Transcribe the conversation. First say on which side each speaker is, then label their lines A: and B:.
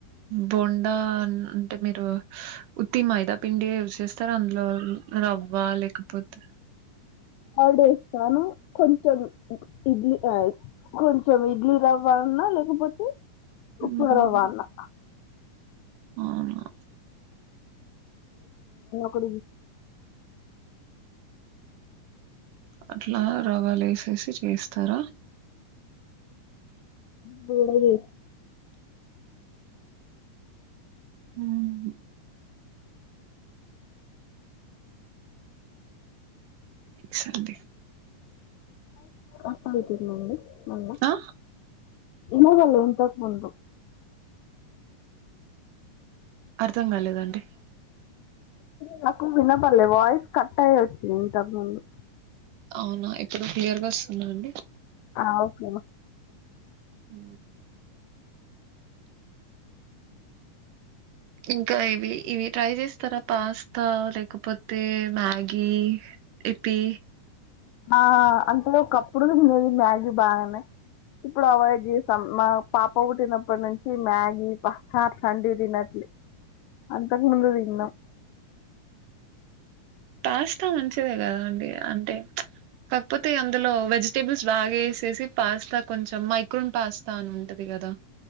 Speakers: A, on the right (about 75°); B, on the left (about 85°).
A: బోండా అన్- అంటే మీరు ఉత్తి మయిద పిండి చేస్తారు అందులో రవ్వ లేకపోతే
B: కర్డ్ వేస్తాను కొంచెం ఇడ్లీ అ కొంచెం ఇడ్లీ రవ్వన్నా లేకపోతే ఉప్పు
A: మ్మ్.
B: రవ్వ అన్నా
A: అవునా
B: కు
A: అట్లా రవాలు ఏసేసి చేస్తారా
B: కేడ చే
A: మ్హ్ సల్లే
B: అప్పగదరి నండి మ్
A: ఆ
B: ఇమదల్ ఇంతంతాకు ముం
A: అర్థం గాలేదండి
B: నాకు వినపడలే వాయిస్ కట్ అయ్యొచ్చి ఇంతక్ ముందు
A: అవునా ఇప్పుడు క్లియర్గా ఒస్తుందా అండి
B: ఆ ఓకే
A: హ ఇంకా ఇవి ఇవి ట్రై చేస్తారా పాస్తా లేకపోతే మ్యాగీ ఇపీ
B: ఆ అంతలో ఒకప్పుడు వినేది మ్యాగీ బాగనే ఇప్పుడు అవాయిడ్ చేసాం మా పాప వుటినప్పటి నుంచి మ్యాగీ పస్తాట్లాంటి తినట్లే అంతక్ ముందు తిన్నం
A: పాస్తా మంచిదే కదా అండి అంటే కాకపోతే అందులో వెజిటేబుల్స్ బాగా ఏసేసి పాస్తా కొంచెం మైక్రోన్ పాస్తా అని ఉంటది గదా